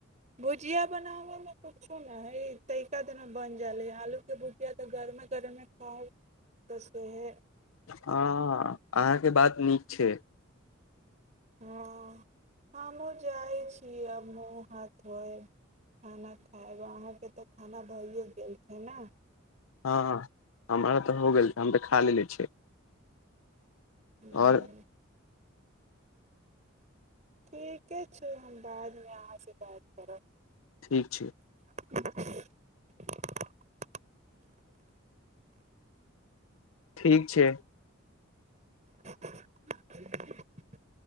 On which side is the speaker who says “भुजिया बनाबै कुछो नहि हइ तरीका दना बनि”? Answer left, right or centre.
Right